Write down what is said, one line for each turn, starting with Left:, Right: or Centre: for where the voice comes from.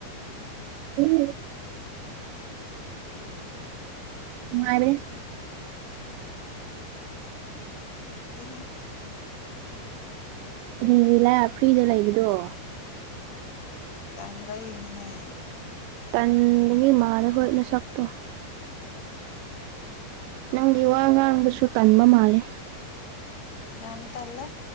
Right: ꯎꯝ ꯃꯥꯔꯦ
Left: ꯑꯩ ꯅꯅꯨꯡꯉꯥꯏ ꯆꯩꯗ
Right: ꯔꯤ ꯂ ꯐ꯭ꯔꯤꯗ ꯂꯩꯕꯗꯣ
Left: ꯇꯥꯟꯚꯏ ꯏꯅꯤꯅꯦ
Right: ꯇꯟꯕꯒꯤ ꯃꯥꯂ ꯍꯣꯏꯅ ꯁꯄꯣ ꯅꯪꯒꯤ
Left: ꯑꯁ
Right: ꯋꯥ ꯉꯥꯡꯕꯁꯨ ꯇꯟꯕ ꯃꯥꯜꯂꯦ
Left: ꯌꯥꯝ ꯇꯜꯂꯦ